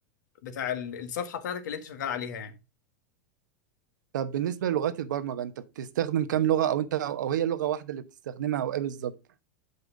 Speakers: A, on the left; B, on the right.
A: بتاع ال- الصفحه بتاعتك اللي انت شغال عليها يعني
B: طب بالنسبة للغات البرمجة انت بتستخدم كام لغة او انت او أو هي لغة واحدة اللي بتستخدمها او ايه بالظبط